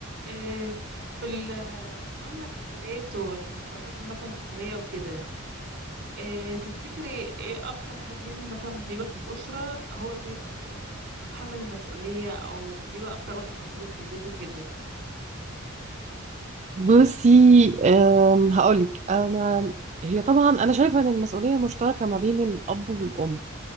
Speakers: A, on the right (about 55°); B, on the right (about 35°).
A: إيه، في ال- المعاملة في البيت والعلاقات مثلا الأسرية وكده إيه، تفتكري ايه أكتر حد يعني مثلا بيبقى في الأسرة هو بيبقى مثلا متحمل المسؤولية أو بيبقى أكتر واحد مضغوط في البيت وكده
B: بصي أم، هقولك انا هي طبعا انا شايفه ان المسؤوليه مشتركه ما بين الاب والام